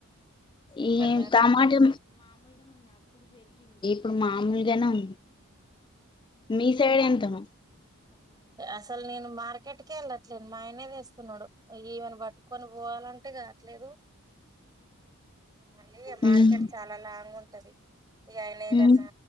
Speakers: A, on the right; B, on the left.
A: ఎప్పటిదాకా
B: ఈ టమాటా ప్పుడు మాముల్ జనం మీ సైడ ఎంత మ
A: అసలు నేను మా మార్కెట్కి ఎళ్ళట్లేదు మా ఆయనే తెస్ నోడు ఈవెన్ బట్కొన్ పోవాలంటే కాట్లేదు మళ్ళీ మార్కెట్
B: మ్మ్
A: చాలా లాంగ్ ఉంటది ఇగ ఆయన ఏదన్నా
B: మ్మ్